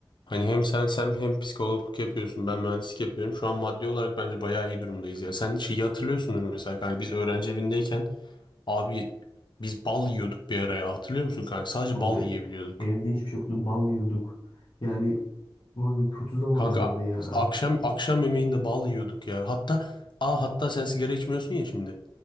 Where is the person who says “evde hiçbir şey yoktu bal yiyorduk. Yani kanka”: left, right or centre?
Left